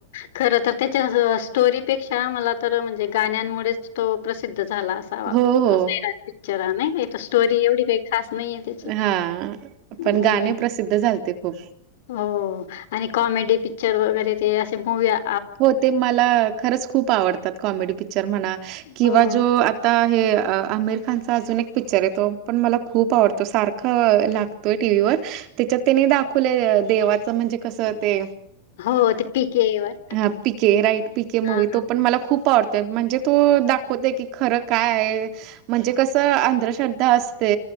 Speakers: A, on the left; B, on the right.
A: खर तर त्याच्या स्टोरीपेक्षा मला तर म्हणजे गाण्यांमुळेच तो प्रसिद्ध झाला अस. असावा
B: हो हो.
A: सैराट पिक्चर नाही का स्टोरी एवढी काही खास नाहीये त्याची.
B: हा
A: हं.
B: पण गाणे प्रसिद्ध झालते खूप.
A: हो आणि कॉमेडी पिक्चर वगैरे ते असे मूव्या.
B: हो ते मला खरंच खूप आवडतं. कॉमेडी पिक्चर म्हणा किंवा
A: हो.
B: जो आता हे आमिर खान. असा अजून एक पिक्चर आहेे तो पण मला खूप आवडतो सारखा लागतोय टी व्ही वर. त्याच्यात त्यांनी दाखवले देवाचं म्हणजे कसं ते.
A: हो ते पीके.
B: हा
A: तो.
B: पीके राईट पीके मूवी
A: हां, हां.
B: तो पण. मला खूप आवडत म्हणजे तो दाखवतोय की खरं काय आहे. म्हणजे कसं अंधश्रद्धा असते.